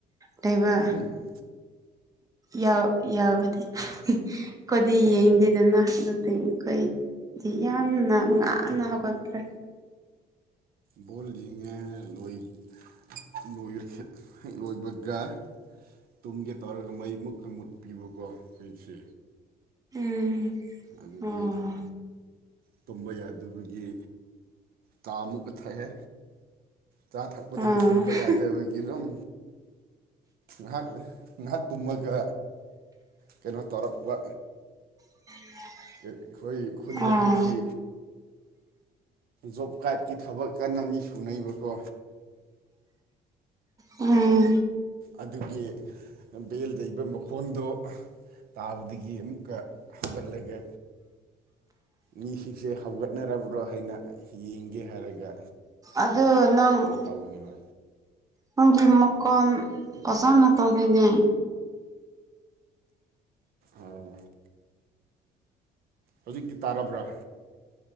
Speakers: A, on the right; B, on the right.
A: ꯂꯩꯕ
B: ꯎꯝ
A: ꯌꯥꯎ ꯌꯥꯕꯗꯤ ꯑꯩꯈꯣꯏꯗꯤ ꯌꯦꯡ ꯗꯅ ꯑꯗꯨꯗꯤ ꯑꯩꯈꯣꯏꯗꯤ ꯌꯥꯝꯅ ꯉꯥꯡꯟꯅ ꯍꯧꯒꯛꯇ꯭ꯔꯦ
B: ꯕꯣꯜ ꯌꯦꯡꯉꯦ ꯍꯥꯏꯔꯒ ꯂꯣꯏ <unintelligible> ꯂꯣꯏ ꯍꯦꯛ ꯂꯣꯏꯕꯒ ꯇꯨꯝꯒꯦ ꯇꯧꯔꯒ ꯃꯩ ꯃꯨꯠꯀ ꯃꯨꯠꯄꯤꯕꯀꯣ ꯑꯩꯈꯣꯏꯁꯦ
A: ꯎꯝ
B: ꯑꯗꯨꯒꯤ
A: ꯑꯣ
B: ꯇꯨꯝꯕ ꯌꯥꯗꯕꯒꯤ ꯆꯥ ꯃꯨꯛꯀ ꯊꯛꯑꯦ ꯆꯥ ꯊꯛꯄꯗꯒꯤ
A: ꯑꯥ
B: ꯇꯨꯝꯕ ꯌꯥꯗꯦ ꯑꯩꯗꯒꯤ ꯑꯗꯨꯝ ꯉꯍꯥꯛ ꯉꯍꯥꯛ ꯇꯨꯝꯃꯒ ꯀꯩꯅꯣ ꯇꯧꯔꯛꯄ
A: <unintelligible>
B: ꯑꯩꯈꯣꯏ ꯈꯨꯟꯗ
A: ꯑꯥ
B: ꯍꯧꯖꯤꯛꯀꯤ ꯖꯣꯕ ꯀꯥ꯭ꯔꯟꯒꯤ ꯊꯕꯛ ꯀꯟꯅ ꯃꯤ ꯁꯨꯅꯩꯕꯀꯣ
A: ꯎꯝ
B: ꯑꯗꯨꯒꯤ ꯕꯦꯜ ꯌꯩꯕꯠ ꯃꯈꯣꯟꯗꯣ ꯇꯥꯕꯗꯒꯤ ꯑꯃꯨꯛꯀ ꯍꯧꯒꯠꯂꯒ ꯃꯤꯁꯤꯡꯁꯦ ꯍꯧꯒꯠꯅꯔꯕ꯭ꯔꯣ ꯍꯥꯏꯅ ꯌꯦꯡꯒꯦ ꯍꯥꯏꯔꯒ
A: ꯑꯗꯨ ꯅꯪ
B: ꯀꯩꯅꯣ
A: <inaudible>
B: ꯇꯧꯕꯅꯦꯕ
A: ꯅꯪꯒꯤ ꯃꯈꯣꯟ ꯐꯖꯅ ꯇꯧꯔꯤꯅꯦ
B: ꯑꯥ ꯍꯧꯖꯤꯛꯇꯤ ꯇꯥꯔꯕ꯭ꯔꯥ